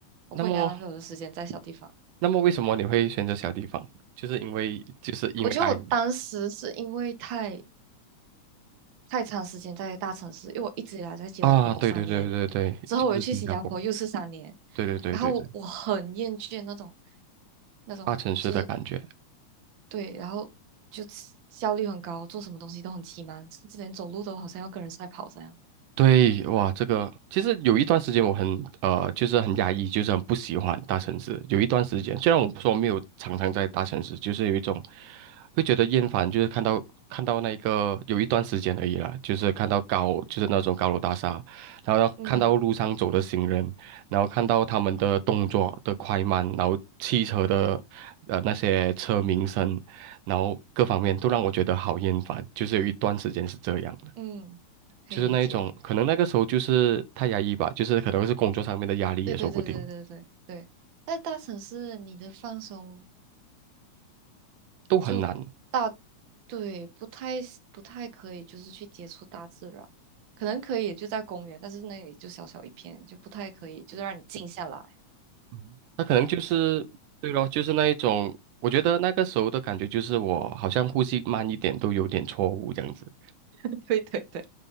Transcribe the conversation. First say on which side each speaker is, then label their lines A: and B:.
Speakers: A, on the right; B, on the right.
A: 我不应该浪费我的时间在小地方。
B: 那么那么为什么你会选择小地方？就是因为就是因为爱你
A: 我觉得我当时是因为太太长时间在大城市，因为我一直以来在吉隆坡三年，
B: 啊，对对对对对，
A: 之后我又去新加坡又是三年，
B: 就是新加坡，对对对对对，
A: 然后我很厌倦那种那种就是
B: 大城市的感觉，
A: 对，然后就起效率很高，做什么东西都很奇忙，甚至连走路都好像要跟人赛跑这样。
B: 对，哇，这个其实有一段时间我很呃，就是很压抑，就是很不喜欢大城市。有一段时间，虽然我说没有常常在大城市，就是有一种会觉得厌烦，就是看到看到那个有一段时间而已啦，就是看到高就是那种高楼大厦，然后要看到路上走的行人，
A: 嗯
B: 然后看到他们的动作的快慢，然后汽车的呃那些车鸣声，然后各方面都让我觉得好厌烦，就是有一段时间是这样。
A: 嗯，可以理解。
B: 就是那一种，可能那个时候就是太压抑吧，就是可能是工作上面的压力也说不定，
A: 对对对对对对对，在大城市你的放松
B: 都很难。
A: 就大，对，不太不太可以，就是去接触大自然，可能可以就在公园，但是那里就小小一片，就不太可以，就是让你静下来。
B: 嗯那可能就是，对咯，就是那一种，我觉得那个时候的感觉就是我好像呼吸慢一点都有点错误这样子，
A: <laughs> 对对对，